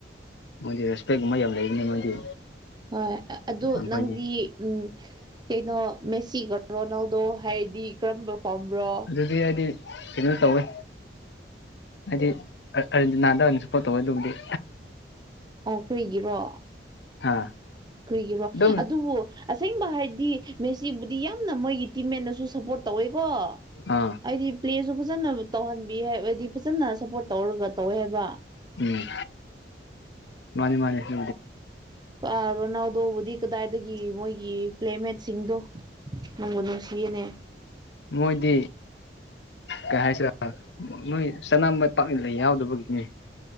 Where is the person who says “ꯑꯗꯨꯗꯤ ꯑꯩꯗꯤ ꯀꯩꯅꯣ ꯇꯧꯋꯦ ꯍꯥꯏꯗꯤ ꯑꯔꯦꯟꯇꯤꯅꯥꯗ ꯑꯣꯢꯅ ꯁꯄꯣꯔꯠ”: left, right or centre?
Left